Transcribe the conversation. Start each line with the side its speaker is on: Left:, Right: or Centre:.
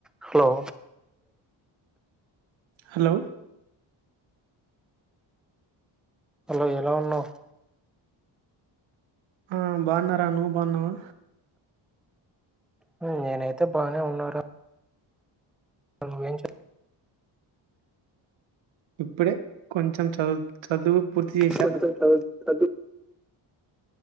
Centre: Hello
Right: hello
Centre: hello ఎలా ఉన్నావ్
Right: ఆ బాన్నారా నువ్వు బాఉన్నావా
Centre: మ్ నేనైతే బానే ఉన్నార ను ఏం చె
Right: ఇప్పుడే కొంచెం చవు చదువు పూర్తి చేశా
Centre: కొంచెం చవు చదువు